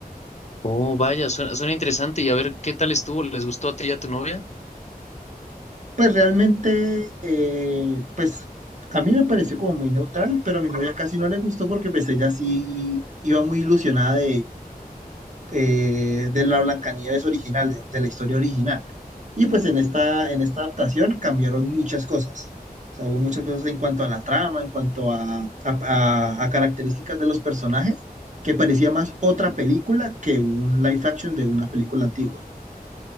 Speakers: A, on the left; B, on the right.
A: Oh, vaya, suena, suena interesante. Y a ver, ¿qué tal estuvo? ¿Les gustó a ti y a tu novia?
B: Pues realmente, eh, pues a mí me pareció como muy neutral, pero a mi novia casi no le gustó porque pues ella sí iba muy ilusionada eh, de la Blancanieves original, de, de la historia original. Y pues en esta, en esta adaptación cambiaron muchas cosas. O sea, hubo muchas cosas en cuanto a la trama, en cuanto a, a- a- a características de los personajes, que parecía más otra película que un live action de una película antigua.